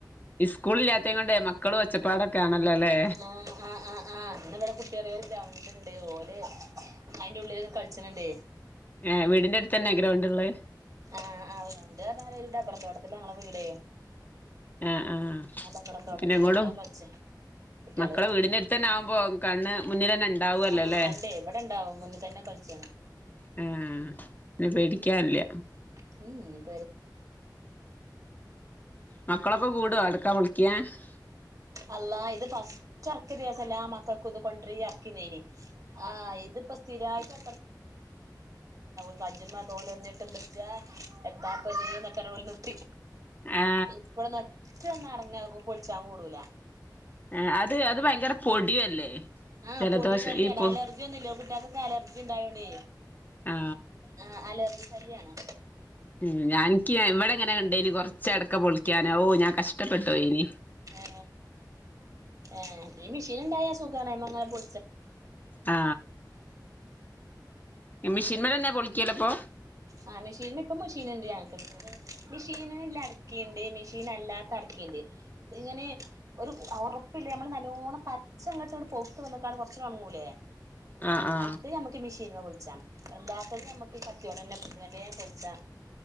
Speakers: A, on the left (about 25°); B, on the right (about 50°).
A: സ്കൂളില്ലാത്തേ കൊണ്ട് മക്കളും ഒച്ചപ്പാടൊക്കെ ആണല്ലോ അല്ലേ
B: ആ ആ ആ ആ ഇന്ന് ഇവിടെ <unintelligible> ഒരു ഗ്രൗണ്ട്ണ്ട് ഓലെ അയിന്റെ ഉള്ളിലിരുന്ന് കളിച്ചണണ്ടേ.
A: ഏ വീടിന്റെ അടുത്ത് തന്നെ ഗ്രൗണ്ട് ഉള്ളേ?
B: ആ ആ ഗ്രൗണ്ട്റഞാൽ ഡബ്ബർ തോട്ടത്തിലാ ഞങ്ങളെ വീടേ.
A: ആ ആ
B: ആ ഡബ്ബറും തോട്ടത്തില്
A: പിന്നെ എങ്ങോടും
B: ഇങ്ങനെ കളിച്ചാ കുട്ടികള്
A: മക്കളെ വീടിന്റെ അടുത്ത് തന്നെ ആവുമ്പോ കണ്ണ് മുന്നിലന്നണ്ട്. ഉണ്ടാവല്ലോല്ലേ?
B: ആഹ് ഇണ്ടേ ഇവിടെ ഇണ്ടാവും മുന്നിൽ തന്നെ കളിച്ചാണ്
A: ആ പിന്നെ പേടിക്കായില്ല.
B: മ്
A: മക്കളൊക്കെ കൂടുവോ അടക്ക പൊളിക്കാൻ? ക്യാ
B: അള്ളാ ഇത് ഫസ്റ്റ് എറക്കിയ ദിവസല്ലെ ആ മക്കൾക്ക് ഇത് കൊണ്ടരി എറക്കി ന്നേനി ആ ഇത് ഇപ്പോ സ്ഥിരായിട്ട് <unintelligible> <unintelligible> കജ്മ്മ തോലൊളിഞ്ഞിട്ടും വെജ്ജാ. എത്താപ്പത് <unintelligible> നിർത്തി.
A: ആ
B: ഇപ്പഴന്ന് ഒറ്റ <unintelligible> പൊളിച്ചാൻ കൂടുല.
A: ആ അത് അത് ഭയങ്കര പൊടിയല്ലേ?
B: ആ
A: ജലദോഷം
B: പൊടി ശല്യം
A: ഈ പൊ
B: അലർജിയൊന്നുംല്ലോ കുട്ടികക്ക് <unintelligible> അലർജി ഉണ്ടായോണ്ടേ
A: ആ
B: ആ അലർജി അലർജിയാണാ?
A: ഉം ഞാനിക്ക് ഇവിടെ എങ്ങനെ ഒണ്ടേനി കൊറച്ചടക്ക പൊളിക്കാന ഓ ഞാൻ കഷ്ടപ്പെട്ടോയിനി.
B: ഏ ഏ ഈ മെഷീൻ ഉണ്ടായാ സുഖാണ് അയിൻമേ അങ്ങനെ പൊ
A: ആ മിഷീൻമേലെന്നെ പൊളിക്കല് അപ്പൊ?
B: ആ മെഷീന് ഇപ്പൊ മിഷീൻണ്ട് ഞങ്ങക്ക് മിഷീനില് അടക്കയുണ്ട്. മിഷീനല്ലാത്ത അടക്കയുണ്ട്. ഇങ്ങനെ ഒരു ഒറപ്പില്ലേ. മ്മള് നല്ലോണം പച്ചങ്ങോട്ട് ങ്ങട് പൂത്ത് വന്നക്കാ കൊറച്ചൂടെ ഒണങ്ങൂലേ.
A: ആ ആ
B: അത് നമ്മക്ക് മിഷീനാ പൊ <unintelligible> അല്ലാത്തത് നമുക്ക് കത്തിയോണ്ട് തന്നെ പൊ <unintelligible> പൊളിച്ചാ